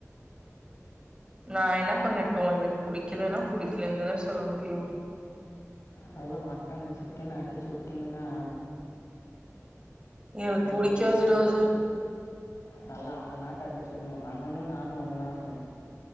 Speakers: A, on the right; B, on the left.
A: நா என்ன பண்ணட்டு எனக் புடிக்கிலன்னா புடிக்கிலன் தான சொல்ல முடியு
B: நல்லா மட்டனு சிக்கனு அடிச்சு விட்டீங்கன்னா
A: எனக்கு
B: அப்புடி
A: புடிக்காதுடா
B: இருக்கு
A: அது
B: நல்லா அண்ண நாட்ட ச்சுன்னு அண்ணனு நானு ஒன்னாக்கு